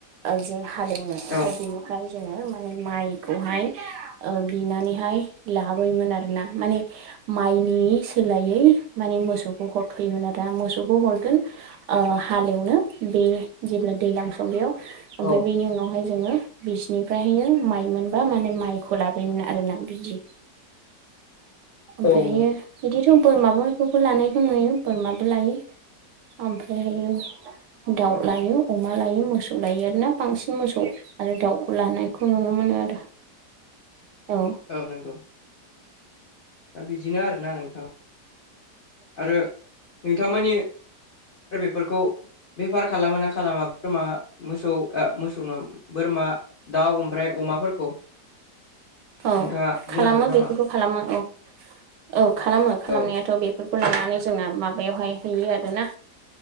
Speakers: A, on the right (about 80°); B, on the left (about 60°).
A: जे हालेवनो ओमफ्राय
B: औ
A: बेनिफ्राय जोङो माने माइखौहाय बिनानैहाय लाबोयोमोन आरोना माने माइनि सोलायै माने मोसौखौ हरथ'योमोन आरोना मोसौखौ हरगोन ओ हालेवनो बे जेब्ला दैज्लां समं बेयाव
B: औ
A: ओमफ्राय उनावहाय जोङो बिसिनिफ्रायहायो माइ मोनबा माने माइखौ लाबोयोमोन आरोना बिदि ओफाहायो
B: औ नों
A: बिदिथ' बोरमाफोरखौबो लानायखौ नुयो बोरमाबो लायो ओमफ्रायहायो दाउ लायो अमा लायो मोसौ लायो आरोना बांसिन मोसौ आरो दाउखौ लानाय खौ नुनो मोनो आरो औ
B: औ नंगौ दा बिदिनो आरोना नोंथां आरो नोंथां मानि आरो बेफोरखौ बेफार खालामो ना खालामा बोरमा मोसौ मोसौ नङा बोरमा दाउ ओमफ्राय अमाफोरखौ
A: औ
B: नोंथाङा बुंनो
A: खालामो
B: हागोन नामा
A: बेखौथ' खालामो औ औ खालामो खालामनायाथ'
B: औ
A: बे बेफोरखौ लानानै जोंना माबायावहाय हैयो आरोना